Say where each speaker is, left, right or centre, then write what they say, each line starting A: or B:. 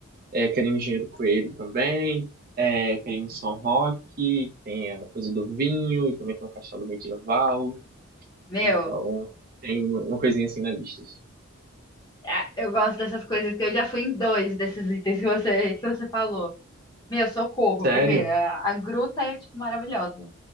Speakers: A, on the right; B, on the left.
A: É, quero ir em Engenheiro Coelho também. É, quero ir em São Roque, que tem a coisa do vinho, e também tem um castelo medieval.
B: Meu,
A: Então, tem uma uma coisinha assim na lista.
B: ah, eu gosto dessas coisas que eu já fui em dois desses itens que você, que você falou. Meu, socorro,
A: Sério?
B: primeiro. A, a gruta é, tipo, maravilhosa.